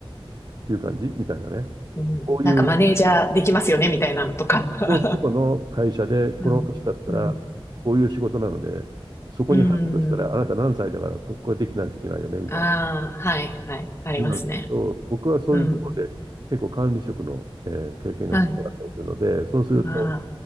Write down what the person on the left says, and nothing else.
うん。
なんかマネージャーできますよねみたいなのとか。<laughs>
うん。<laughs> うん。
うん。
ああ、はい、はい、ありますね。
うん。
はい。
あ